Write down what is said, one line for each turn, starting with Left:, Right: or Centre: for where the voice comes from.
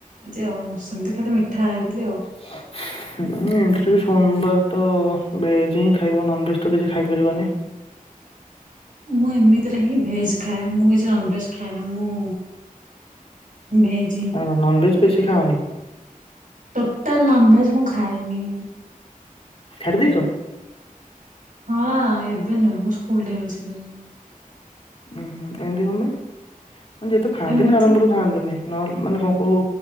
Right: ଯେ ଆଉ ସେମିତି ଖାଲି ମିଠା ଖାଇଥିଲି। ଆଉ
Left: ଆଚ୍ଛା। ହୁଁ, ଏମିତିରେ ବି ସୋମବାର ତ ଭେଜ୍ ହିଁ ଖାଇବ ନନଭେଜ୍ ତ କିଛି ଖାଇପାରିବନି।
Right: ମୁଁ ଏମିତିରେ ହିଁ ଭେଜ୍ ଖାଏ, ମୁଁ କିଛି ନନଭେଜ୍ ଖାଏନା। ମୁଁ ଭେଜ୍
Left: ମାନେ କଣ ନନଭେଜ୍ ବେଶି ଖାଅନି?
Right: ଟୋଟାଲ ନନଭେଜ୍ ମୁଁ ଖାଏନି।
Left: ଛାଡ଼ି ଦେଇଛ?
Right: ହଁ ଏବେ ନୁହେଁ, ମୁଁ ସ୍କୁଲ୍ ଟାଇମ ରୁ ଛାଡିଲିଣି।
Left: ଉଁ, ହଁ ଏମିତି କଲେ, ଅଁ, ଯିଏ ତ ଖାଆନ୍ତିନି
Right: ଏମତି
Left: ଆରମ୍ଭରୁ ଖାଆନ୍ତିନି, ନହେଲେ ମାନେ କଣ କୋଉ